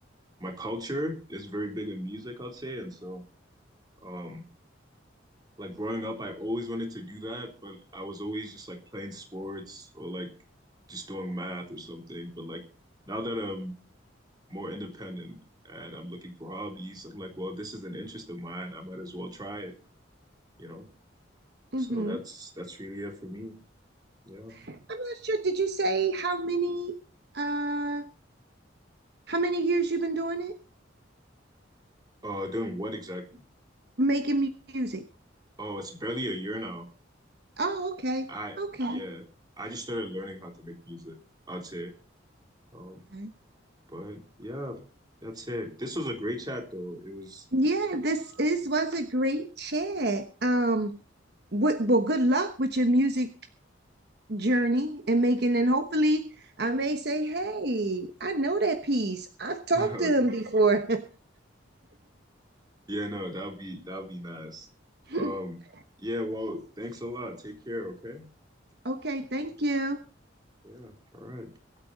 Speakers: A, on the right (about 20°); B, on the right (about 55°).
A: my culture is very big in music, I'd say. And so, um, Like growing up, I always wanted to do that, but I was always just like playing sports or like just doing math or something. But like now that I'm more independent and I'm looking for hobbies, I'm like, well, this is an interest of mine. I might as well try it, you know?
B: hmm
A: So that's that's really it for me. Yeah.
B: I'm not sure. Did you say how many uh how many years you've been doing it?
A: Uh, doing what exactly?
B: Making mu- music.
A: Oh, it's barely a year now.
B: Oh, okay.
A: I
B: Okay.
A: yeah, I just started learning how to make music, I'd say. Um,
B: Okay.
A: but yeah, that's it. This was a great chat though. It was
B: Yeah, this is was a great chat. Um, what well, good luck with your music journey and making, and hopefully I may say, hey, I know that piece. I've talked
A: <laughs>
B: to him before.
A: Yeah, no, that'll be that'll be nice.
B: <laughs>
A: Um, yeah, well, thanks a lot. Take care, okay?
B: Okay, thank
A: Um,
B: you.
A: yeah, all right.